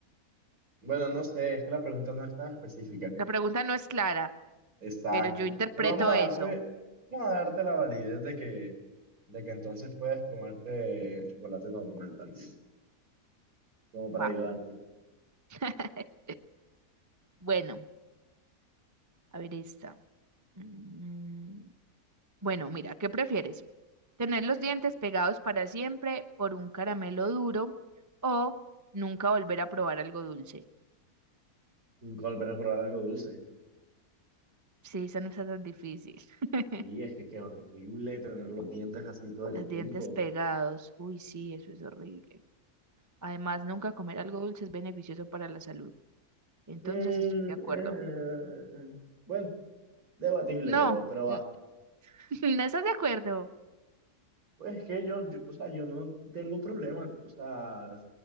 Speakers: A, on the right; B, on the right.
A: Bueno, no sé, es que la pregunta no es tan específica.
B: la pregunta no es clara,
A: Exacto.
B: pero yo interpreto
A: Bueno, vamos a darte,
B: eso.
A: vamos a darte la validez de que, de que entonces puedes comerte el chocolate normal también, como para
B: Va.
A: ayudarte.
B: <laughs> Bueno, a ver esta. Mm, Bueno, mira, ¿qué prefieres? ¿Tener los dientes pegados para siempre por un caramelo duro o nunca volver a probar algo dulce?
A: Nunca volver a probar algo dulce.
B: Sí, esa no está tan difícil. <laughs>
A: Sí, es que qué horrible tener los dientes así todo el
B: Los
A: tiempo.
B: dientes pegados. Uy, sí, eso es horrible. Además, nunca comer algo dulce es beneficioso para la salud. Entonces
A: Mm,
B: estoy de acuerdo.
A: eh, bueno, debatible,
B: No,
A: pero, pero va.
B: n- <laughs> no estás de acuerdo.
A: Pues es que yo, yo, o sea, yo no tengo problema, o sea,